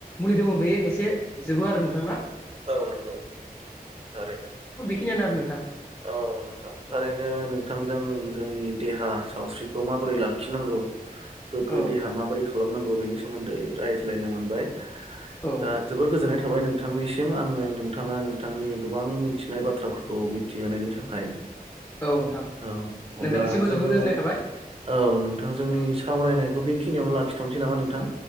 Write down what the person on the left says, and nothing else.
मुलि दङ बेयो एसे जोबो आरो नोंथांना?
खियानो आरो नोंथां
औ
औ नोंथां
औ
औ नोंथां
नोंथांनिसिमबो
जोबोर गोजोननाय थाबाय
औ